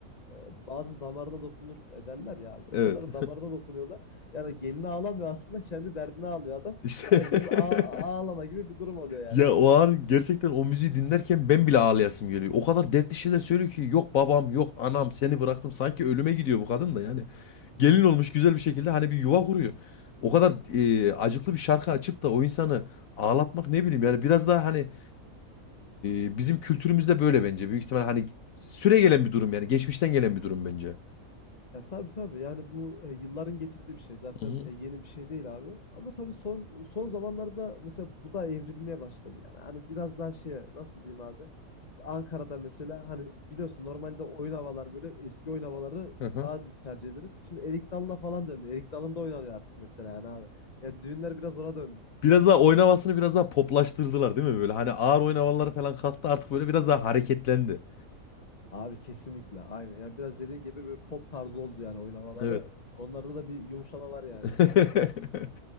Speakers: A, on the left (about 30°); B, on the left (about 70°).
A: e, bazı damarda dokunur ederler ya. abi. İnsanların
B: Evet.
A: damarına dokunuyorlar. Yani gelini ağlamıyor aslında kendi derdine ağlıyor adam.
B: <laughs> İşte
A: Herkes
B: <laughs>
A: ağ- ağlama gibi bir durum oluyor yani
B: Ya
A: abi
B: o
A: öyle
B: an
A: söyleyeyim.
B: gerçekten o müziği dinlerken ben bile ağlayasım geliyor. O kadar dertli şeyler söylüyor ki yok babam yok anam seni bıraktım. Sanki ölüme gidiyor bu kadın da yani. Gelin olmuş güzel bir şekilde hani bir yuva kuruyor. O kadar e, acıklı bir şarkı açıp da o insanı ağlatmak ne bileyim yani biraz daha hani e, bizim kültürümüzde böyle bence. Büyük ihtimal hani süre gelen bir durum yani geçmişten gelen bir durum bence.
A: Ya tabii tabii. Yani bu e, yılların getirdiği bir şey. Zaten
B: Hı hı.
A: e, yeni bir şey değil abi. Ama tabii son son zamanlarda mesela bu da evrilmeye başladı. Yani hani biraz daha şeye nasıl diyeyim abi? Ankara'da mesela hani biliyorsun normalde oyun havalar böyle eski oyun havaları
B: Hı hı.
A: daha biz tercih ederiz. Şimdi Erik Dalı'na falan döndü. Erik Dalı'nda oynanıyor artık mesela yani abi. Ya düğünler biraz ona döndü.
B: <laughs> Biraz daha oynamasını biraz daha poplaştırdılar değil mi böyle? Hani ağır oynamaları falan kalktı artık böyle biraz daha hareketlendi.
A: Abi kesinlikle aynen. Yani biraz dediğin gibi böyle pop tarzı oldu yani oyun havaları.
B: Evet.
A: Onlarda da bir yumuşama var yani.
B: <laughs>